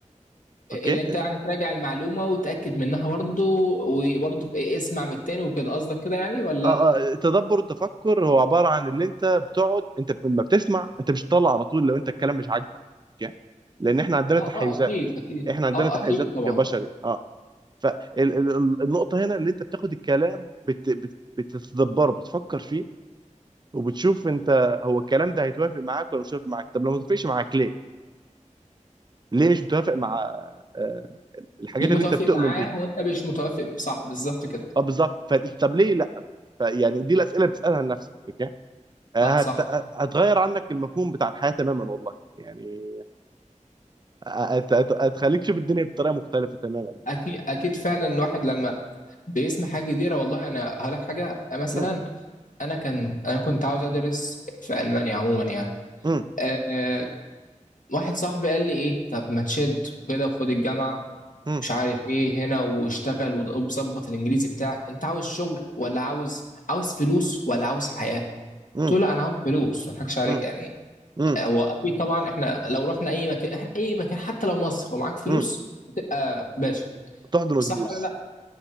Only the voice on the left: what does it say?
اللي
انت يعني تراجع المعلومه وتاكد منها برضه وبرضه إيه اسمع من التاني وكده قصدك كده يعني ولا
اه
اه اكيد اكيد
اه
اكيد طبعا
ليه متوافق
معاه
وانت مش متوافق صح بالظبط كده
اه صح
اكيد اكيد فعلا الواحد لما بيسمع حاجه جديده والله انا هقول لك حاجه مثلا
انا كان انا كنت عاوز ادرس في المانيا عموما يعني
أه واحد صاحبي قال لي ايه طب ما تشد وكده وخد الجامعه
مش عارف ايه هنا واشتغل وظبط الانجليزي بتاعك انت عاوز شغل ولا عاوز عاوز فلوس ولا عاوز حياه قلت
له لا انا عاوز فلوس ما اضحكش عليك
يعني
هو اكيد طبعا احنا لو رحنا اي مكان إحنا اي مكان حتى لو مصر ومعاك فلوس
هتبقى باشا
صح ولا لا